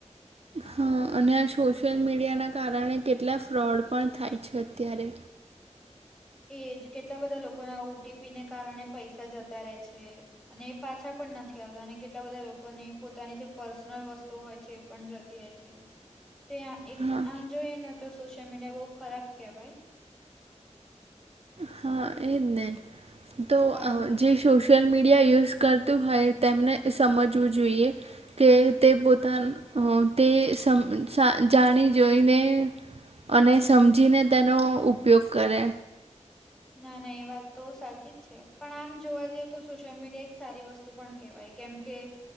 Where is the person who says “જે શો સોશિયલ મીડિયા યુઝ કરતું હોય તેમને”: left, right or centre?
Right